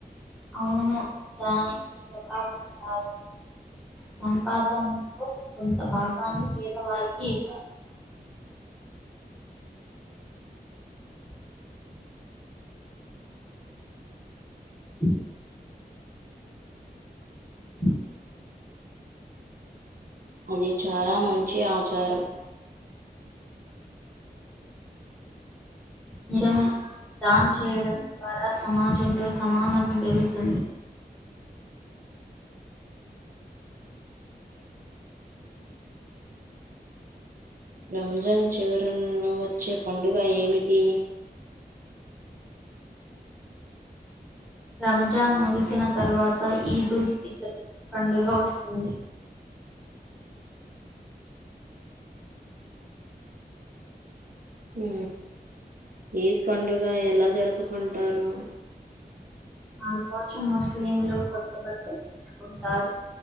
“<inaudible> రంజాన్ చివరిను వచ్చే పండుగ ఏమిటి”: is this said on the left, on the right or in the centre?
Right